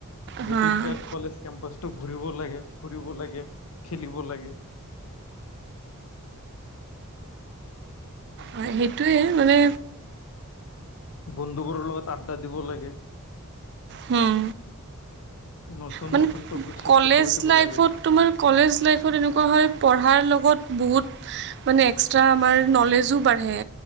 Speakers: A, on the right; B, on the left.
A: হা
B: গতিকে কলেজ কেম্পাচটো ঘূৰিব লাগে, ফুৰিব লাগে, খেলিব লাগে।
A: হয় সেইটোৱে মানে।
B: বন্ধুবোৰৰ লগত আড্ডা দিব লাগে।
A: উম।
B: নতুন
A: মানে
B: নতুন টপিকছত
A: কলেজ
B: কথা পাতিব
A: লাইফত
B: লাগে
A: তোমাৰ কলেজ লাইফত এনেকুৱা হয় পঢ়াৰ লগত বহুত মানে এক্সট্ৰা আমাৰ নলেজো বাঢ়ে।